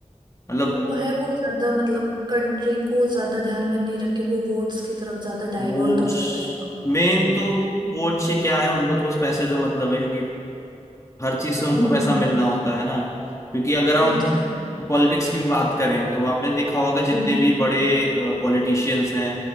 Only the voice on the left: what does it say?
मतलब
वोट्स
मेन तो
वोट से क्या है उनको तो बस पैसे से मतलब है क्योंकि हर चीज से उनको
पैसा मिलना होता है ना क्योंकि अगर हम
पॉलिटिक्स की भी बात करें तो आपने देखा होगा जितने
भी बड़े पॉलिटिशियंस हैं